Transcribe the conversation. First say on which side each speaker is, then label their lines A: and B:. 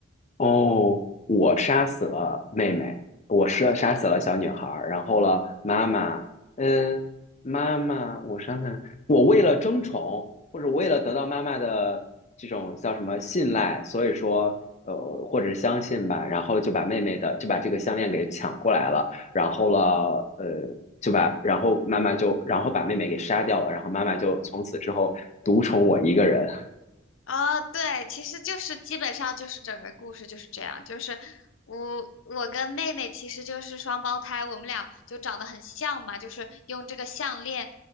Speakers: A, on the left; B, on the left.
A: 哦，我杀死了妹妹，我杀杀死了小女孩儿，
B: 是的。
A: 然后了妈妈，嗯，妈妈，我想想，我为了争宠，或者为了得到妈妈的这种叫什么信赖，所以说，呃，或者相信吧，然后就把妹妹的就把这个项链给抢过来了，然后了，呃，就把然后妈妈就然后把妹妹给杀掉了，然后妈妈就从此之后独宠我一个人。<laughs>
B: 哦，对，其实就是基本上就是整个故事就是这样，就是我我跟妹妹其实就是双胞胎，我们俩就长得很像嘛，就是用这个项链，